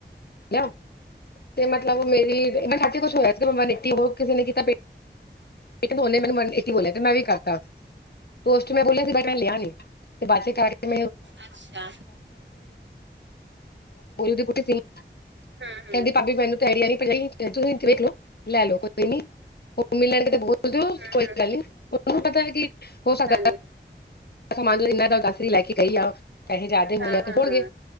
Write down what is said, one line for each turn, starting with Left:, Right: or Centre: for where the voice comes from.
Left: ਤੇ ਮਤਲਬ ਮੇਰੀ ਮ <unintelligible> ਹਾੇ ਕੁਛ ਹੋਇਆ ਸੀ ਬਾ ਨਿੱਤੀ ਹੋ ਕਿਸੇ ਨੇ ਕੀਤਾ ਪ ਇਕ ੳਨੇ ਮੈਨੂੰ ਏਟੀ ਬੋਲੇਆ ਤੇ ਮੈਂ ਵੀ ਕਰਤਾ ਤੇ ਉਸ ਚ ਮੈਂ ਬੋਲਿਆ ਸੀ ਬਟ ਮੈਂ ਲਿਆ ਨੀ, ਤੇ ਬਾਦ ਚ ਕਰਕੇ
Right: ਅੱਛਾ
Left: <unintelligible> <unintelligible>
Right: ਹੂੰ ਹੂੰ
Left: ਕੈਂਦੀ ਭਾਬੀ ਮੈਨੂੰ ਤੈਰੀ ਆ ਤੁਸੀਂ ਦੇਖ ਲੋ ਲੈ ਲੋ ਕੋਈ ਨੀ ਉ ਮਿਲਣਗੇ ਲਦੇ ਹੋ
Right: ਹੂੰ
Left: ਕੋਈ
Right: ਹੂੰ
Left: ਗੱਲ ਨੀ ਉਨੂ ਪਤਾ ਹੈ ਕਿ ਹੋ <unintelligible>
Right: ਹਾਂਜੀ
Left: ਦਸ ਦੀ ਲੈ ਕੇ ਗਈ ਆ ਪੈਸੇ ਜਾਦੇ ਮਿਲਗੇ
Right: ਹਾਂ ਹਾਂ
Left: ਹੋਣਗੇ
Right: ਹਾਂ